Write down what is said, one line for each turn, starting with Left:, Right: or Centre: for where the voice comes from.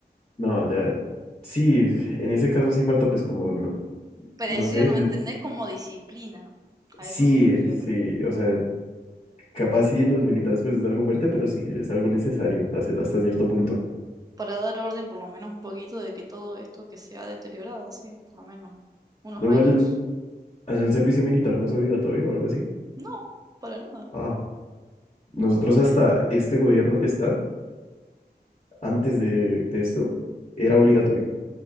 Left: No, ya. Sí, en ese caso sí falta, pues, como, no,
Right: Presión,
Left: no sé. l-
Right: ¿me entendés? Como disciplina. A
Left: Sí,
Right: eso me refiero.
Left: sí. O sea, capaz sí, los militares, pues, es algo fuerte, pero sí, es algo necesario hace- hasta cierto punto.
Right: Para dar orden, por lo menos un poquito, de que todo esto que se ha deteriorado, sí, por lo menos unos
Left: Luego,
Right: años.
Left: allá el, allá el servicio militar no es obligatorio o algo así.
Right: No, para nada,
Left: Ah, nosotros hasta este gobierno que está, antes de, de esto, era obligatorio.